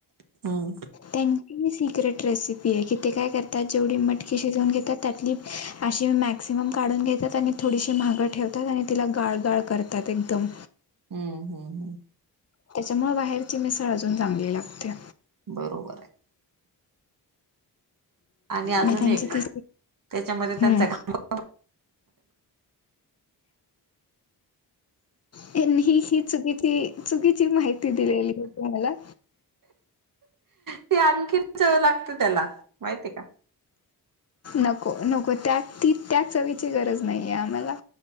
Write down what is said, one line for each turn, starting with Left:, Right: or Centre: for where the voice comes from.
Right: हम्म
Left: त्यांची सिक्रेट रेसिपी आहे कि ते काय करतात जेवढी मटकी शिजवून घेतात त्यातली- अशी मॅक्सिमम काढून घेतात आणि थोडीशी माग ठेवतात. आणि तिला गाळगाळ करतात एकदम.
Right: हम्म हम्म हम्
Left: त्याच्यामुळे बाहेरची मिसळ अजून चांगली लागते.
Right: बरोबर आहे. आणि अजून
Left: मग त्यांची
Right: एक
Left: ती
Right: त्याच्यामध्ये त्यांचा
Left: हम्म
Right: घ <unintelligible>
Left: त्यांनी ही चुकीची चुकीची माहिती दिलेली होती मला.
Right: ते आणखीन चव लागते त्याला माहितिये का?
Left: नको, नको त्या ती त्या चवीची गरज नाहीये आम्हाला.